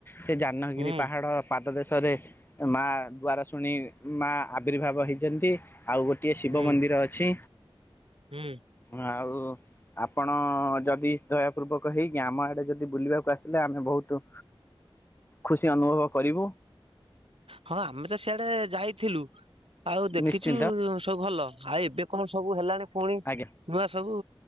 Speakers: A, on the left (about 20°); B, on the right (about 80°).
A: ସେ ଯାନଗିରି
B: ହୁଁ
A: ପାହାଡ଼ ପାଦ ଦେଶରେ ମା ଦ୍ବାର ଶୁଣି ମା ଆବିର୍ଭାବ ହେଇଛନ୍ତି ଆଉ ଗୋ ଟିଏ ଶିବ
B: ହୁଁ
A: ମନ୍ଦିର ଅଛି।
B: ହୁଁ।
A: ଆଉ ଆପଣ ଯଦି ଦୟାପୂର୍ବକ ହେଇକି ଆମ ଆଡେ ଯଦି ବୁଲିବାକୁ ଆସିଲେ ଆମେ ବହୁତ ଖୁସି ଅନୁଭବ କରିବୁ।
B: ହଁ, ଆମେ ତ ସିଆଡେ ଯାଇଥିଲୁ ଆଉ ଦେଖିଛୁ
A: ନିଶ୍ଚିନ୍ତ
B: ସବୁ ଭଲ। ଆଉ ଏବେ କଣ ସବୁ ହେଲାଣି ପୁଣି
A: ଆଜ୍ଞା
B: ନୂଆ ସବୁ